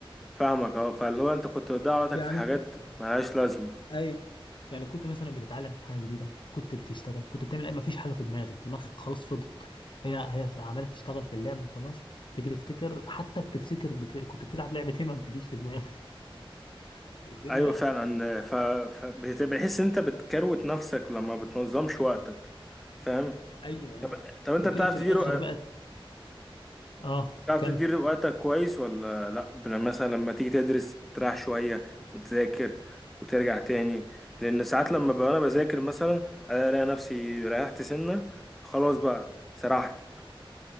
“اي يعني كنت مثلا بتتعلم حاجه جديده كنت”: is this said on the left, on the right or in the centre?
Left